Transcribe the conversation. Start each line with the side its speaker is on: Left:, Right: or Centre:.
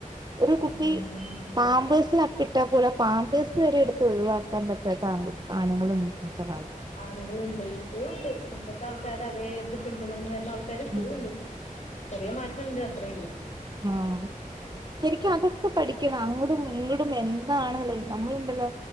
Right: ഒരു കുട്ടി
Left: ഉം, ഉം.
Right: പാംപേഴ്സില് അപ് - ട്ടാ പോലും ആ പാംമ്പേഴ്സ് വരെ എടുത്ത് ഒഴിവാക്കാൻ പറ്റാത്ത ആൺ ആണുങ്ങളാ ഇന്നത്തെ കാലത്ത്
Left: ആണുങ്ങളുണ്ട് ഇപ്പഴും ഉണ്ട് മുമ്പത്തെ ആൾക്കാരെ അതേ ഇത് പിന്തുടർന്ന് വരുന്ന ആൾക്കാര് ഇപ്പഴും
Right: ഉം
Left: ഉണ്ട് ചെറിയ മാറ്റം ഇണ്ട് അത്രേയുള്ളൂ
Right: ആഹ് പ്പ എനിക്കതൊക്കെ പഠിക്കണം അങ്ങോടും ഇങ്ങോടും എന്താണെള്ളത് നമ്മളുണ്ടല്ലോ